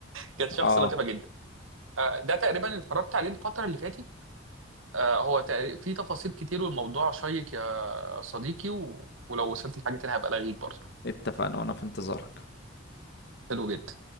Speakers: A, on the right; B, on the left.
A: كانت شخص
B: اه
A: لطيفه جدا آه، ده تقريبا اللي اتفرجت عليه الفتره اللي فاتت آه، هو تق- في تفاصيل كتير والموضوع شيق يا صديقي و... ولو وصلت لحاجه تانية هبقى الغيك برضه
B: اتفقنا وانا في انتظارك
A: حلو جدا